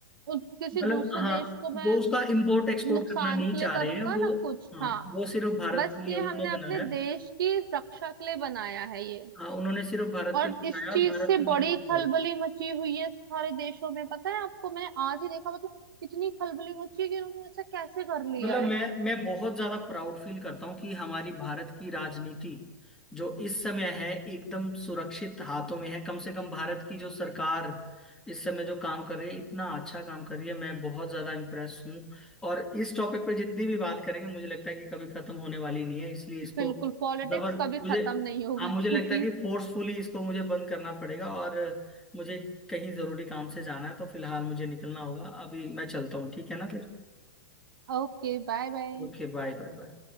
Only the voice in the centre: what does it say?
मतलब
हाँ
वो उसका इम्पोर्ट एक्सपोर्ट
करना नहीं
चाह
रहे हैं वो
हाँ
वो सिर्फ भारत
के लिए
उन्होंने
बनाया
हाँ उन्होंने सिर्फ भारत
के लिए बनाया
और भारत
में
ही use
होगा
मतलब
मैं मैं बहुत ज्यादा प्राउड फील करता हूँ कि हमारी भारत की राजनीति जो इस समय है एकदम सुरक्षित हाथों में है कम से कम भारत की जो सरकार इस समय जो काम कर रही है इतना अच्छा काम कर रही है मैं बहुत ज्यादा इम्प्रेस हूँ और इस टॉपिक पे जितनी भी बात करेंगे मुझे लगता है कि कभी खत्म होने वाली नहीं है इसलिए इसको
जबर
मुझे
हाँ मुझे
लगता है कि फोर्सफुली इसको मुझे बंद करना पड़ेगा और मुझे कहीं जरूरी काम से जाना है तो फिलहाल मुझे निकलना होगा अभी मैं चलता हूँ ठीक है ना फिर
ओके बाय बाय बाय